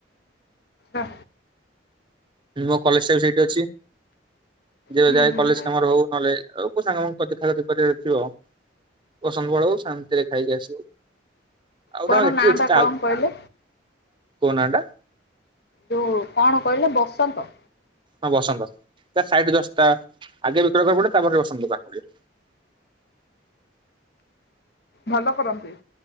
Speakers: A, on the left; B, on the right.
A: ଆଁ।
B: ମୋ କଲେଜ୍ ଟା ବି ସେଇଠି ଅଛି, ଯିଏ
A: ହୁଁ
B: ଯାଏ କଲେଜ୍
A: ହୁଁ।
B: କାମରେ ହଉ ନହେଲେ ହଉ‌। ମୁଁ ସାଙ୍ଗମାନଙ୍କ ଦେଖା ଦେଖି କରିବାରଥିବ ବସନ୍ତ ପଳଉ ଶାନ୍ତିରେ ଖାଇକି ଆସିବୁ। ଆଉଟା
A: କଣ
B: ଏଠି
A: ନାଁ
B: ଅଛି
A: ଟା
B: ତା
A: କଣ
B: ଆଗୁକୁ
A: କହିଲେ
B: କୋଉ ନାଁ ଟା?
A: ଯୋଉଁ କଣ କହିଲେ ବସନ୍ତ?
B: ହଁ ବସନ୍ତ ତା ସାଇଡ୍ ରେ ଜଷ୍ଟ୍ ତା ଆଗେ ବିକଳ ଦୋକାନ ପଡିବ ତାପରେ ବସନ୍ତ ଦୋକାନ ପଡିବ।
A: ଭଲ କରନ୍ତି?